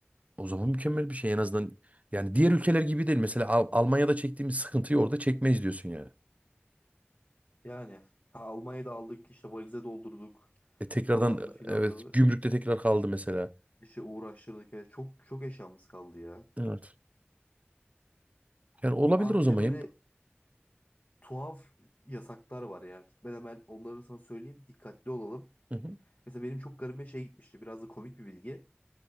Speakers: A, on the right; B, on the left.
A: O zaman mükemmel bir şey en azından. Yani diğer ülkeler gibi değil. Mesela Al- Almanya'da çektiğimiz sıkıntıyı orada çekmeyiz diyorsun yani.
B: Yani ha, Almanya'da aldık işte valize doldurduk
A: E tekrardan
B: falandı filandı
A: evet gümrükte tekrar kaldı mesela.
B: işte uğraştırdık. Yani çok çok eşyamız kaldı ya.
A: Evet. Yani olabilir
B: Abi
A: o zaman.
B: bir de böyle tuhaf yasaklar var ya. Gitmeden ben onları sana söyleyeyim. Dikkatli olalım.
A: Hı hı.
B: Mesela benim çok garibime şey gitmişti. Biraz da komik bir bilgi.